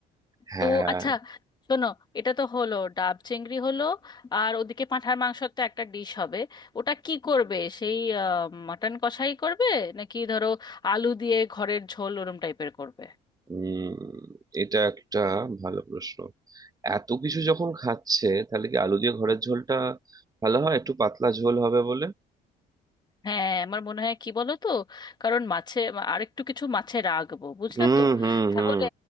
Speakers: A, on the right; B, on the left.
A: হ্যাঁ
B: তো আচ্ছা শোনো এটা তো হলো ডাব চিংড়ি হলো আর ওদিকে পাঁঠার মাংসের তো একটা ডিশ হবে ওটা কি করবে সেই মাটন কষাই করবে নাকি ধরো আলু দিয়ে ঘরের ঝোল ওরম টাইপের করবে
A: হুম এটা একটা ভালো প্রশ্ন এত কিছু যখন খাচ্ছে তাহলে কি আলু দিয়ে ঘরের ঝোলটা ভালো হয় একটু পাতলা ঝোল হবে বলে
B: হ্যাঁ আমার মনে হয় কি বলো তো কারণ মাছে আরেকটু কিছু মাছে রাখবো বুঝলে
A: হুম
B: তো
A: হুম
B: তাহলে
A: হুম